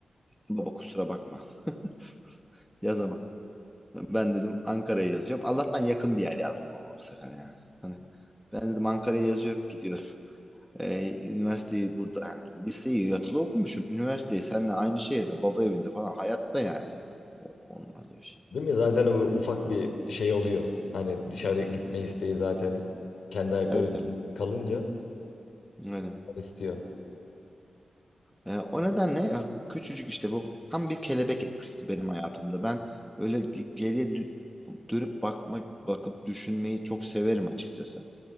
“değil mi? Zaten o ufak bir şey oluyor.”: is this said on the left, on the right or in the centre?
Left